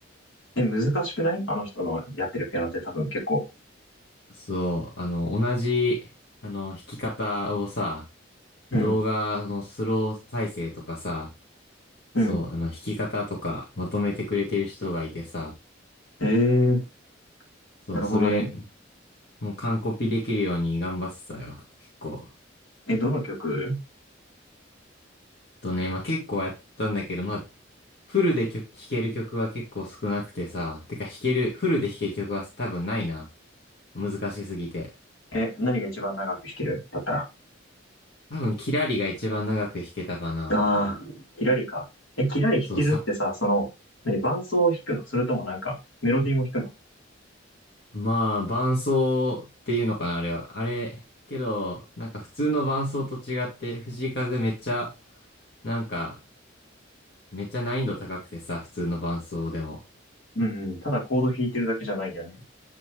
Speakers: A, on the left; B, on the left.
A: え、難しくないあの人のやってるピアノって多分結構。
B: そう、あの、同じ、あの、弾き方をさ、
A: うん。
B: 動画のスロー再生とかさ、
A: うん。
B: そう、あの、弾き方とかまとめてくれてる人がいてさ、
A: えー、
B: そう、
A: なるほどね。
B: それ、もう完コピできるように頑張ってたよ、結構。
A: え、どの曲
B: とね、まあ、結構やったんだけど、まあ、フルで曲、弾ける曲は結構少なくてさ、てか弾ける、フルで弾ける曲は多分ないな。難しすぎて。
A: え、何が一番長く弾けるだったら。
B: 多分、キラリが一番長く弾けたかな。
A: ああ、キラリか。え、キラリ弾けるってさ、
B: そうさ、
A: その、何、伴奏を弾くのそれともなんか、メロディーも弾くの
B: まあ、伴奏っていうのかな、あれは。あれ、けど、なんか普通の伴奏と違って、藤井風めっちゃ、なんか、めっちゃ難易度高くてさ、普通の伴奏でも。
A: うんうん。ただコード弾いてるだけじゃないよね。